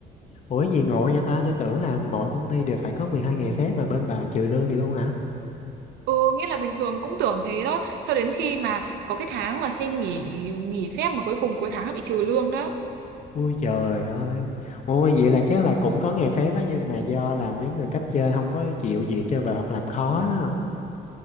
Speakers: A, on the left; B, on the right.
A: Ủa gì ngộ vậy ta? Tôi tưởng là mọi công ty đều phải có 12 ngày phép mà bên bà trừ lương gì luôn hả?
B: Ừ, nghĩa là bình thường cũng tưởng thế đó, cho đến khi mà có cái tháng mà xin nghỉ nghỉ phép mà cuối cùng cuối tháng lại bị trừ lương đó.
A: Ui trời ơi. Ôi vậy là chắc là cũng có ngày phép á nhưng mà do là mấy người cấp trên không có chịu việc cho bà hoặc làm khó đó.